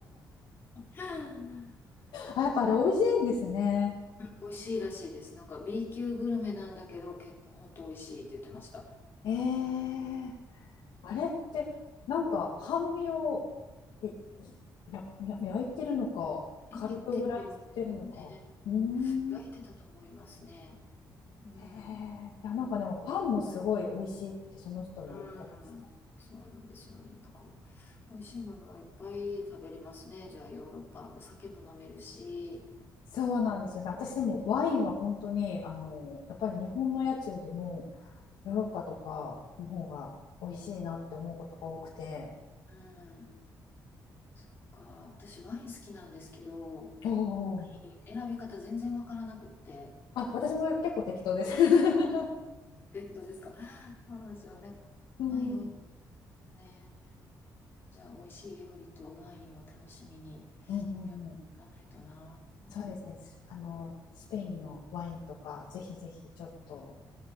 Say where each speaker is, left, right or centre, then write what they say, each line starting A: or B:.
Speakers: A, on the left; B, on the left.
A: <laughs>
B: あやっぱあれ美味しいんですね
A: 美味しいらしいです。なんか B 級グルメなんだけど、結構本当美味しいって言ってました。
B: えー、あれってなんか半身を
A: うん、
B: いやや焼いてるのか軽くフライしてるのかうーん
A: 入ってると思うんですよね。入ってたと思いますね。うん。
B: えーいやなんかでもパンもすごい美味しいってその人も言ってました
A: うん、そうなんですよね。だから、美味しいものもいっぱい食べれますね。じゃあ、ヨーロッパ。お酒も飲めるし。
B: そうなんですよね。私でもワインは本当に、
A: え
B: あの、やっぱり日本のやつよりもヨーロッパとかの方が美味しいなって思うことが多くて。
A: うん、そっか。私、ワイン好きなんですけど、
B: おお。
A: ワイン選び方全然わからなくって。
B: あ、私も結構適当です。<laughs>
A: え、どうですかそうなんですよね。
B: うん、
A: ワインおいし
B: うん
A: いね。じゃあ、美味しい料理とワインを楽しみに、
B: うんうん。
A: やっていかないとな。うん、
B: そうですね。すあの、スペインのワインとか、ぜひぜひちょっと、